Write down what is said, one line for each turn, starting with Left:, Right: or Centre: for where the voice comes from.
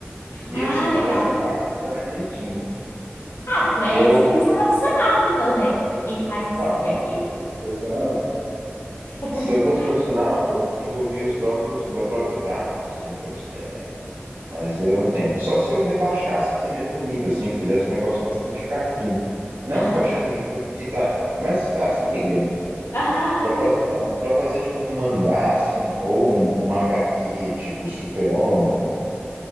Right: E
Left: Ah,
Right: assim, modéstia
Left: legal.
Right: à parte, dá direitinho, viu?
Left: Ah, tu é
Right: Eu.
Left: desenhista profissional, então, né? Porque quem faz assim
Right: Não,
Left: é
Right: não,
Left: quem.
Right: profissional não.
Left: <laughs>
Right: Se eu fosse profissional, eu desenvolvi os próprios, meu próprio traço, assim, prof- Mas eu não tenho. Só se eu rebaixasse esse mesmo o nível, assim, fizesse um negócio bastante cartoon. Não
Left: Aham,
Right: rebaixando o nível que tá. Mas, ah, você entendeu, né?
Left: aham, aham.
Right: Pra fazer, um- pra fazer tipo um mangá, assim, um- ou um, uma HQ, tipo Super-Homem,